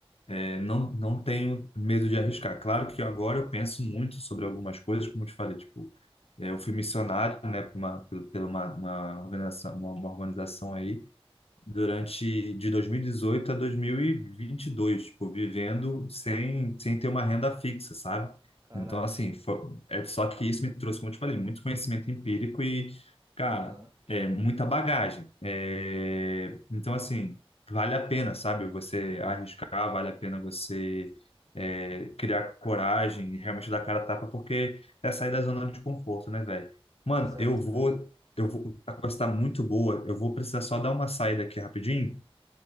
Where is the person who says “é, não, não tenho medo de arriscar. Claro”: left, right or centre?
Left